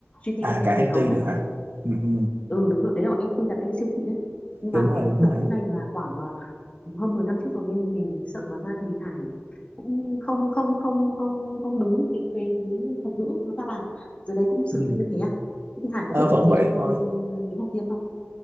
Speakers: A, on the left (about 30°); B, on the right (about 55°).
A: GT
B: À
A: là kênh
B: cả MT
A: truyền thống
B: nữa
A: đấy
B: hả? Ừ, ừ,
A: ừ đúng rồi đấy là MT là kênh siêu thị đấy nhưng
B: đúng
A: mà
B: rồi,
A: cái
B: đúng
A: thuật
B: rồi.
A: ngữ này là khoảng à, hơn 10 năm trước rồi nên mình sợ nói ra thì Hải cũng không không không không không đúng cái cái cái thuật ngữ nó ra làm giờ đấy cũng sử
B: Ừ.
A: dụng như thế à thế thì Hải có
B: Ờ,
A: dự
B: vẫn
A: định gì
B: vậy
A: cho
B: thôi.
A: kế hoạch tiêm không